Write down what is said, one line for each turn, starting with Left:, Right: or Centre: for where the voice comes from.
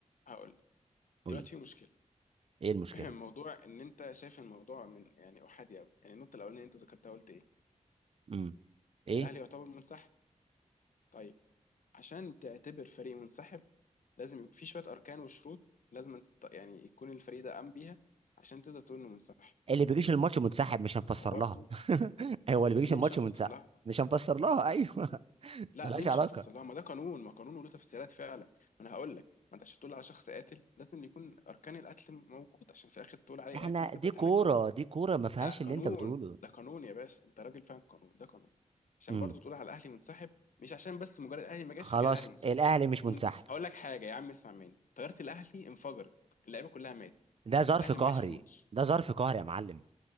Left: هقول
Right: قول
Left: دلوقتي
Right: لي
Left: في مشكله
Right: ايه المشكله
Left: <clears throat> موضوع ان انت شايف الموضوع من يعني احادي قوي يعني النقطه الاولانيه اللي انت ذكرتها قلت ايه
Right: امم ايه
Left: ان الاهلي يعتبر منسحب طيب عشان تعتبر فريق منسحب لازم يبقى في شويه اركان وشروط لازم انت تط... يعني يكون الفريق ده قام بيها عشان تقدر تقول انه منسحب
Right: اللي بيجيش الماتش منسحب مش هنفسر
Left: هو برضه
Right: لها <laughs> هو اللي بيجيش
Left: ليه
Right: الماتش
Left: مش هنفسر
Right: منسحب
Left: لها
Right: مش هنفسر لها ايوه <laughs>
Left: لا
Right: ملهاش
Left: ليه مش
Right: علاقه
Left: هنفسر لها ما ده قانون ما قانون له تفسيرات فعلا ما انا هقول لك ما انت عشان تقول على شخص قاتل لازم يكون اركان القتل موجود عشان في الاخر تقول عليه
Right: احنا
Left: قاتل وتبقى
Right: دي كوره
Left: تحكم
Right: دي كوره ما فيهاش
Left: لا قانون
Right: اللي انت بتقوله
Left: ده قانون يا باشا انت راجل فاهم قانون ده قانون عشان
Right: امم
Left: برضو تقول على الاهلي منسحب مش عشان بس مجرد الاهلي ما جاش
Right: خلاص
Left: فكده الاهلي منسحب
Right: الاهلي مش
Left: دي
Right: منسحب
Left: من... هقول لك حاجه يا عم اسمع مني طياره الاهلي انفجرت اللعيبه كلها ماتت
Right: ده ظرف
Left: الاهلي
Right: قهري
Left: ما جاش الماتش
Right: ده ظرف قهري يا معلم